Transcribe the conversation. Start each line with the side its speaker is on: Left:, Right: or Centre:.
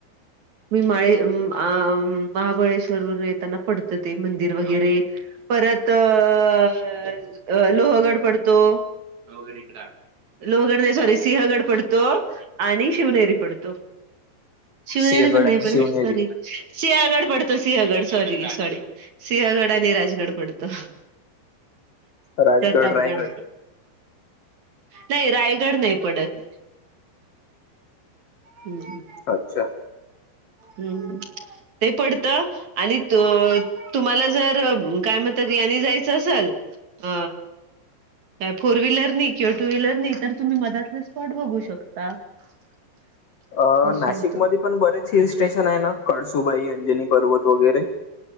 Right: मी माळे <unintelligible> अ महाबळेश्वर वरून येताना पडत ते मंदिर वगैरे परत अ लोहगड पडतो. लोहगड इकडं आल. लोहगड नाही सॉरी सिंहगड पडतो आणि शिवनेरी पडतो. शिवनेरी
Left: सिंहगड
Right: पण नाही
Left: आणि
Right: पडत,
Left: शिवनेरी,
Right: सॉरी सिंहागड पडतो सिंहगड सॉरी सॉरी. सिंहगड आणि राजगड पडतो.
Left: राजगड,
Right: प्रतापगड
Left: रायगड
Right: नाई रायगड नाई पडत. हम
Left: अच्छा!
Right: हम्म ते पडत आणि त अ तुम्हाला जर काय म्हणतात यानी जायचं असल अ काय फोर व्हीलर किंवा टू व्हीलर नाही तर तुम्ही मधातले स्पॉट बघू शकता. <unintelligible>
Left: अ
Right: असं
Left: नाशिक
Right: होत
Left: मध्ये पण बरेच हिल स्टेशन आहे ना कळसुबाई, अंजनी पर्वत वगैरे.